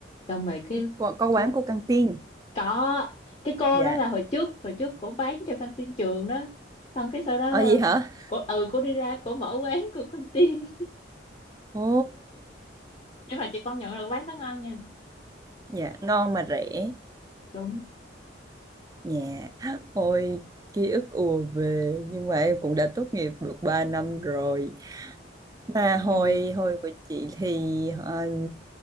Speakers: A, on the left; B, on the right.
A: xong rồi cái
B: có, có quán
A: chú-
B: của căng tin
A: có cái cô
B: Dạ.
A: đó là hồi trước hồi trước cổ bán cho căng tin trường đó xong cái sau đó
B: ở gì hả
A: cổ ừ cổ đi ra cổ mở quán của căng tin
B: ồ
A: nhưng mà chị công nhận là quán đó ngon nha
B: dạ non mà rẻ
A: đúng
B: dạ ôi ký ức ùa về nhưng mà em cũng đã tốt nghiệp được 3 năm rồi À, hồi
A: nhưng
B: hồi của chị thì ờ,